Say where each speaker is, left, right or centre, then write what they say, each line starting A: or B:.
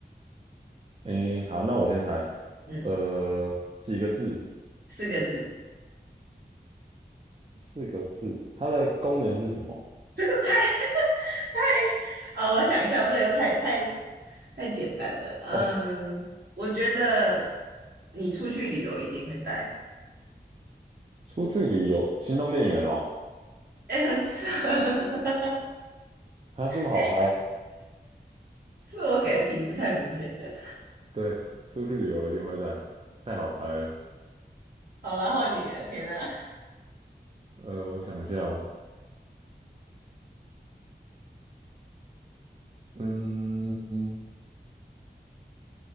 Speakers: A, on the right; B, on the right.
A: 诶，好，那我先猜，
B: 嗯，
A: 呃，几个字？
B: 四个字。
A: 四个字，它的功能是什么？
B: 这个太 <laughs> 太……哦，我想一下，不能又太太太简单的。嗯，
A: 哦，
B: 我觉得你出去旅游一定会带。
A: 出去旅游，行动电源哦，
B: 哎、很扯。<laughs>
A: 它这么好猜？
B: 哎、是我给的提示太明显了。
A: 嗯对，出去旅游一定会带，太好猜了。
B: 好啦，换你了。天哪，
A: 呃，我想一下哦，嗯嗯，